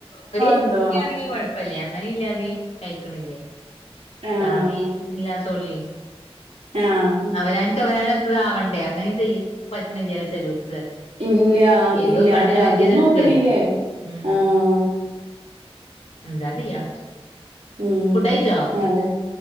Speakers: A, on the left (about 80°); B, on the right (about 85°).
A: <unintelligible>
B: എന്തോ
A: ണെങ്കി കൊഴപ്പല്ലേ അങ്ങനെ ഇല്ലാതെയ കഴിക്കണില്ലേ
B: ആഹ്
A: സാതി ഇല്ലാത്ത ഉള്ളേ
B: ആഹ്.
A: അവനനക്ക് അവനാണ് അവണ്ട അങ്ങനെ ചെയ പറ്റുന്നല്ല ചേലോർക്
B: ഇല്ല
A: ഏതോ
B: ഇല്ലാതെ
A: കണ്ണിന് പറ്റിയത്
B: അതും
A: എടുക്കല്ലേ
B: നോക്ക്ണില്ലേ?
A: ഉ
B: ആഹ്.
A: എന്താ ചെയ്യാ
B: ഉം
A: ഫുഡ് കഴിച്ചോ
B: അതെ